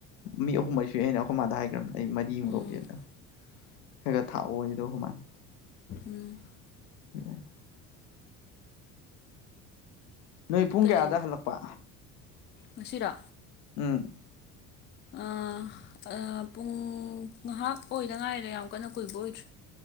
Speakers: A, on the left (about 85°); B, on the left (about 25°).
A: ꯃꯤ ꯑꯍꯨꯝ ꯃꯔꯤꯁꯨꯏ ꯑꯩꯅ ꯑꯈꯣꯏ ꯃꯥꯗ ꯍꯥꯏꯈ꯭ꯔꯕꯅꯤ ꯑꯩ ꯃꯔꯤꯃꯨꯛ
B: ꯎꯝ
A: ꯂꯧꯒꯦꯅ ꯈꯔ ꯈꯔ ꯊꯥꯛꯑꯣꯌꯦ ꯑꯗꯨꯒ ꯈꯣꯏ ꯃꯥꯅ
B: ꯎꯝ
A: <unintelligible> ꯅꯣꯏ ꯄꯨꯡ
B: ꯀꯩ
A: ꯀꯌꯥꯗ ꯍꯜꯂꯛꯄ
B: ꯉꯁꯤꯔꯣ
A: ꯎꯝ
B: ꯑ ꯑ ꯄꯨꯡ ꯉꯥꯏꯍꯥꯛ ꯑꯣꯏꯗ ꯉꯥꯏꯔꯤꯗ ꯌꯥꯝ ꯀꯟꯅ ꯀꯨꯏꯕ ꯑꯣꯏꯗ꯭ꯔꯤ